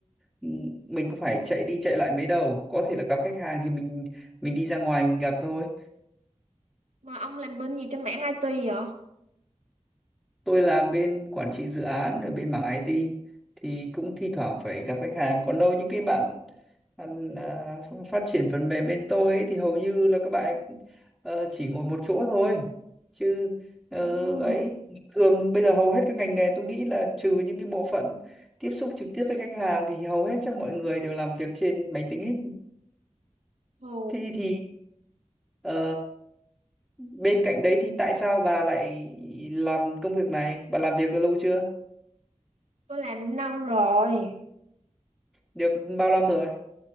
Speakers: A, in the centre; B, on the right.
A: ừ, mình có phải chạy đi chạy lại mấy đâu. Có thể là gặp khách hàng thì mình mình đi ra ngoài mình gặp thôi.
B: mà ông làm bên gì trên mảng IT vậy
A: tôi làm bên quản trị dự án ở bên mảng IT thì cũng thi thoảng phải gặp khách hàng còn đâu những cái bạn bạn, à, ph- phát triển phần mềm bên tôi ấy, thì hầu như là các bạn ấy, ờ, chỉ ngồi một chỗ thôi chứ ờ,
B: Ừm,
A: ấy thường bây giờ hầu hết các ngành nghề tôi nghĩ là trừ những cái bộ phận tiếp xúc trực tiếp với khách hàng thì hầu hết chắc mọi người đều làm việc trên máy tính hết
B: ồ,
A: thì thì ờ, bên cạnh đấy thì tại sao bà lại làm công việc này bà làm việc được lâu chưa
B: tôi làm năm rồi
A: được bao năm rồi